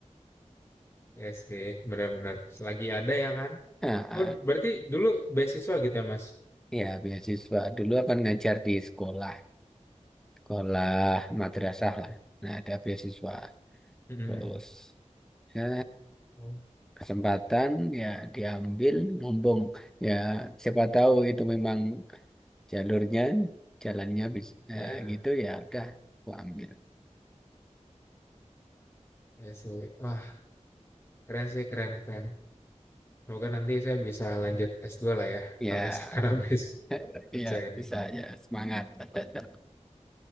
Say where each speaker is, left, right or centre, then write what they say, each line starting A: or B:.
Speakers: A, on the left (about 20°); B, in the centre.
A: Ya sih, benar-benar. Selagi ada ya kan.
B: nah, ah,
A: Oh, berarti dulu beasiswa gitu ya, Mas.
B: ya beasiswa dulu kan ngajar di sekolah sekolah madrasah lah nah ada beasiswa
A: Mhm.
B: terus ya
A: Oh,
B: kesempatan ya diambil ngomong ya siapa tahu itu memang jalurnya jalannya bisa
A: ya.
B: gitu ya udah gua ambil
A: Iya sih. Wah, keren sih, keren, keren. Semoga nanti saya bisa lanjut S2 lah ya,
B: ya
A: kalau misalkan <laughs> habis
B: <laughs>
A: kerja
B: ya
A: ini.
B: bisa ya semangat <laughs>